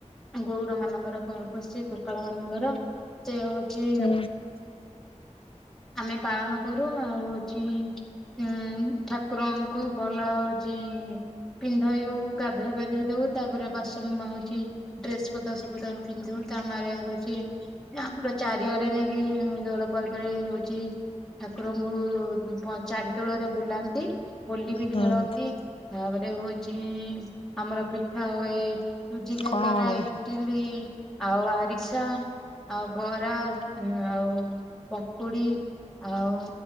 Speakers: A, in the centre; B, on the left.
A: ଗଉଡ଼ ମାନଙ୍କର ପର୍ବ ସେ ଗୋପାଳ ମାନଙ୍କର ସେ ହଉଛି
B: ହୁଁ
A: ଆମେ ପାଳନ କରୁ ଆଉ ହଉଛି ଉୁଁ ଠାକୁରଙ୍କୁ ଭଲ ହଉଛି ପିନ୍ଧଉ ଗାଧୋଇ ପାଧେଇ ଦଉ ତାପରେ ବାସ୍ ହଉଛି ଡ୍ରେସ ପତ୍ର ସବୁ ତା ପିନ୍ଧୁ ତାମରେ ହଉଛି ଆମର ଚାରିଆଡେ ନେଇକି ଦୋଳ ପର୍ବରେ ହଉଛି ଠାକୁରଙ୍କୁ ଚାରି ତୋଳରେ ବୁଲାନ୍ତି। ହୋଲି ବି ଖେଳନ୍ତି
B: ହୁଁ
A: ତାପରେ ହଉଛି ଆମର ପିଠା ହୁଏ ସୁୁଜି କାକର
B: କଣ କଣ ହୁଁ
A: ଇ ଇଟିଲି ଆଉ ଆରିସା ଆଉ ବରା ଆଉ ପକୁଡି ଆଉ